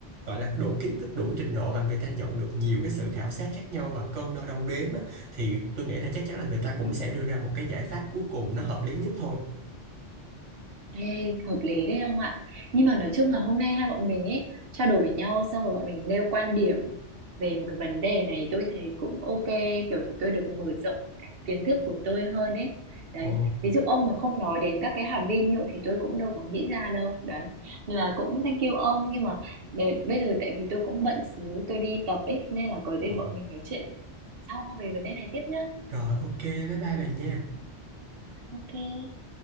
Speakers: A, on the right; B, on the right.
A: gọi là đủ kiến thức đủ trình độ và người ta nhận được nhiều cái sự khảo sát khác nhau và cân đo đong đếm á, thì tôi nghĩ là chắc chắn là người ta cũng sẽ đưa ra một cái giải pháp cuối cùng nó hợp lý nhất thôi.
B: Ê, hợp lý đấy ông ạ nhưng mà nói chung là hôm nay hai bọn mình ấy trao đổi với nhau xong rồi bọn mình nêu quan điểm về một cái vấn đề này tôi thấy cũng ok kiểu tôi được mở rộng cái kiến thức của tôi hơn ấy đấy
A: Ồ,
B: ví dụ ông mà không nói đến các cái hạt vi nhựa thì tôi cũng đâu có nghĩ ra đâu đấy Nên là cũng thank you ông nhưng mà để, bây giờ tại vì tôi cũng bận xíu tôi đi tập ấy nên là có gì
A: ồ,
B: bọn mình nói chuyện sau về vấn đề này tiếp nhá
A: rồi ok, bye bye bạn nha.
B: ok